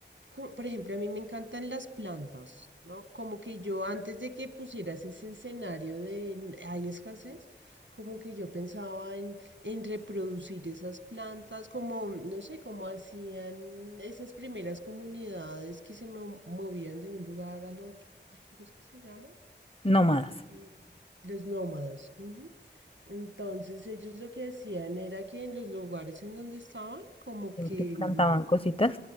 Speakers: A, on the right; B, on the left.
A: co- por ejemplo, a mí me encantan las plantas, ¿no? Como que yo antes de que pusieras ese escenario de "N- hay escasez, como que yo pensaba en, en reproducir esas plantas, como, no sé, como hacían esas primeras comunidades que se mo- movían de un lugar al otro. Ay, ¿cómo es que se llama?
B: No más.
A: Eh, los nómadas. ujú. Entonces ellos lo que hacían era que en los lugares en donde estaban, como
B: Siempre
A: que
B: plantaban
A: mm,
B: cositas.